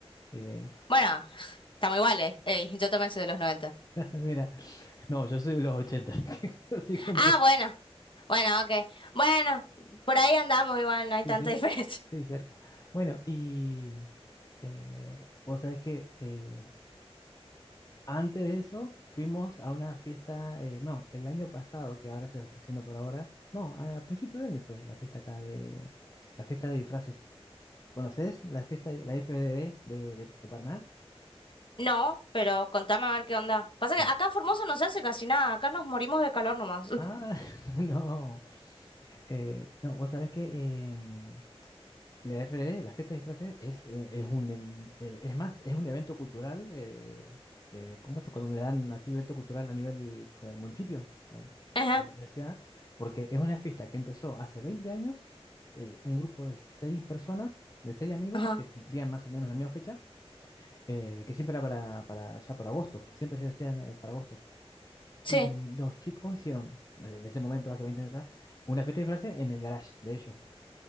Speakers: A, on the left (about 35°); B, on the left (about 50°).
A: Eh,
B: Bueno, estamos iguales. Ey, yo también soy de los 90.
A: <laughs> mira, no, yo soy de los ochenta <laughs> así que un
B: Ah, bueno. Bueno, ok. Bueno, por ahí andamos igual, no hay
A: Sí,
B: tanta
A: sí,
B: <laughs> diferencia.
A: sí, cerca. Bueno, y eh, vos sabés que eh, antes de eso fuimos a una fiesta, eh, bueno, el año pasado, que ahora se lo está haciendo por ahora, no, a principio de año fue la fiesta acá de, la fiesta de disfraces. ¿Conoces la fiesta, de- la FDD de, de, de Paraná?
B: No, pero contame a ver qué onda. Pasa
A: Bueno,
B: que acá en Formosa no se hace casi nada, acá nos morimos de calor nomás. <laughs>
A: ah, <laughs> no, eh, no, vos sabés que em, La FRD, la fiesta de disfraces, es, eh, es un, em- eh, es más, es un evento cultural, eh, de, ¿cómo es? Cuando le dan así evento cultural a nivel eh, municipio, ¿vale?
B: Ajá,
A: De la, de la ciudad, porque es una fiesta que empezó hace 20 años, eh, un grupo de seis personas, de seis amigos,
B: ajá,
A: que cumplían más o menos la misma fecha, eh, que siempre era para, para ya por agosto, siempre se hacía en, eh, para agosto.
B: sí.
A: Y los chicos hicieron, eh, en ese momento, hace 20 años atrás, una fiesta de disfraces en el garage de ellos